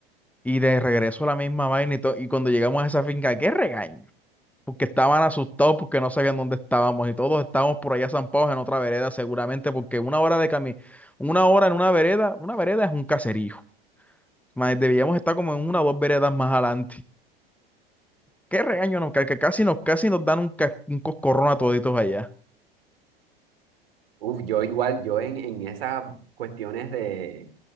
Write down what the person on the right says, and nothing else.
uf, yo igual, yo en, en esas cuestiones de,